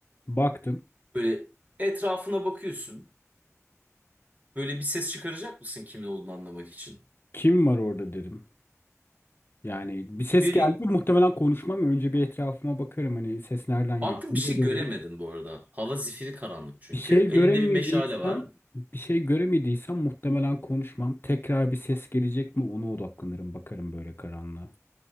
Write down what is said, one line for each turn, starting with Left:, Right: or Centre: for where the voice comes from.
Left: Baktım.
Right: böyle etrafına bakıyorsun. Böyle bir ses çıkaracak mısın kimin olduğunu anlamak için?
Left: Kim var orada dedim. Yani bir ses
Right: Biri
Left: geldi mi muhtemelen konuşmam. Önce bir etrafıma bakarım hani ses nereden
Right: Baktım
Left: geliyor. Buraya
Right: bir şey
Left: dönerim.
Right: göremedin bu arada. Hava zifiri karanlık çünkü.
Left: Bir şey
Right: Elinde
Left: göremediysem
Right: bir meşale var.
Left: bir şey göremediysem muhtemelen konuşmam. Tekrar bir ses gelecek mi ona odaklanırım. Bakarım böyle karanlığa.